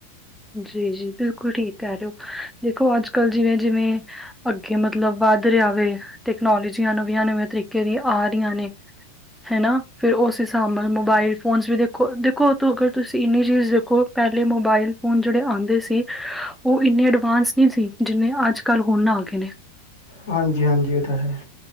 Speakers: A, in the centre; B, on the left (about 55°).
A: ਜੀ-ਜੀ ਬਿਲਕੁਲ ਠੀਕ ਕਹਿ ਰਹੇ ਹੋ ਦੇਖੋ ਅੱਜ ਕੱਲ ਜਿਵੇਂ-ਜਿਵੇਂ ਅੱਗੇ ਮਤਲਬ ਵੱਧ ਰਿਹਾ ਵ ਤੈਕਨੋਲੋਜੀਆਂ ਨਵੀਆਂ-ਨਵੀਆਂ ਤਰੀਕੇ ਦੀ ਆ ਰਹੀਆਂ ਨੇ। ਹੈ ਨਾ ਫਿਰ ਉਸ ਹਿਸਾਬ ਨਾਲ ਮੋਬਾਇਲ ਫੋਨਸ ਵੀ ਦੇਖੋ, ਦੇਖੋ ਤੋਂ ਅਗਰ ਤੁਸੀਂ ਇੰਨੀ ਚੀਜ਼ ਦੇਖੋ ਪਹਿਲੇ ਮੋਬਾਈਲ। ਹੁਣ ਜਿਹੜੇ ਆਉਂਦੇ ਸੀ ਉਹ ਇੰਨੇ ਅਡਵਾਂਸ ਨਹੀਂ ਸੀ ਜਿੰਨੇ ਅੱਜ ਕੱਲ ਹੁਣ ਨਾ ਆ ਗਏ ਨੇ।
B: ਹਾਂਜੀ, ਹਾਂਜੀ ਉਹ ਤਾਂ ਹੈ।